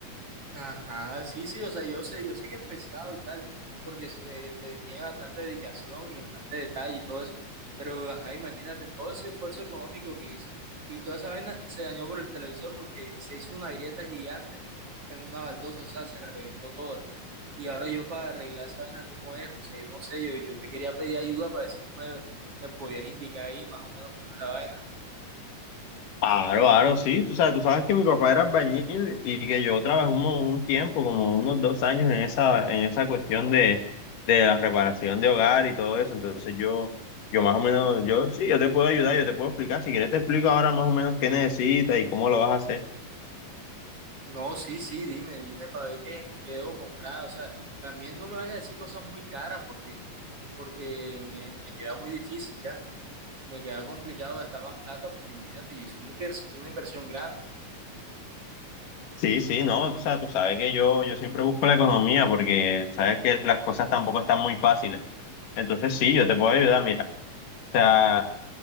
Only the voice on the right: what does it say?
Ajá, sí, sí, o sea, yo sé, yo sé que es pesado y tal, porque eh, de- tiene bastante dedicación y bastante detalle y todo eso, pero ajá, imagínate todo ese esfuerzo económico que hizo y toda esa vaina se dañó por el televisor porque se hizo una grieta gigante en una baldosa, o sea, se reventó toda. Y ahora yo para arreglar esa vaina, ¿cómo es? O sea, yo no sé, yo, yo te quería pedir ayuda para ver si tú me, me podías indicar ahí más o menos cómo es la vaina.
No, sí, sí, dime, dime para ver qué, qué debo comprar. O sea, también no me vayas a decir cosas muy caras porque, porque me, me queda muy difícil ya. Me queda complicado gastar más plata porque imagínate, yo hice una, invers- una inversión grande.